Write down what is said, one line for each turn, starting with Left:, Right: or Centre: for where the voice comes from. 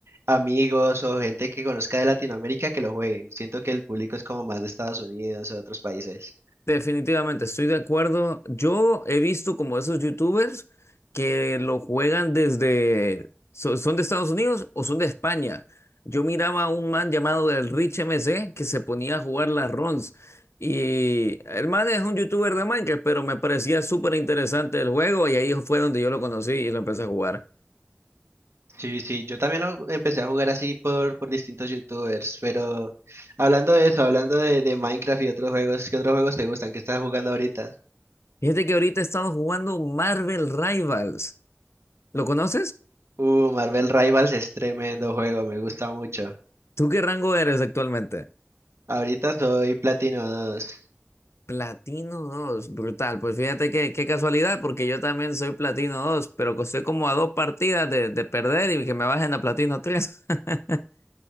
Right: amigos o gente que conozca de Latinoamérica que lo jueguen. Siento que el público es como más de Estados Unidos o de otros países.
Left: Definitivamente, estoy de acuerdo. Yo he visto como esos youtubers que lo juegan desde... so- ¿Son de Estados Unidos o son de España? Yo miraba a un man llamado el Rich MC que se ponía a jugar las runs. Y el man es un youtuber de Minecraft, pero me parecía súper interesante el juego y ahí fue donde yo lo conocí y lo empecé a jugar.
Right: Sí, sí, yo también lo empecé a jugar así por, por distintos youtubers, pero hablando de eso, hablando de, de Minecraft y otros juegos, ¿qué otros juegos te gustan? ¿Qué estás jugando ahorita?
Left: Fíjate que ahorita he estado jugando Marvel Rivals. ¿Lo conoces?
Right: Uh, Marvel Rivals es tremendo juego, me gusta mucho.
Left: ¿Tú qué rango eres actualmente?
Right: Ahorita soy Platino 2.
Left: Platino 2, brutal. Pues fíjate que, qué casualidad, porque yo también soy Platino 2, pero que estoy como a dos partidas de, de perder y que me bajen a Platino tres. <laughs>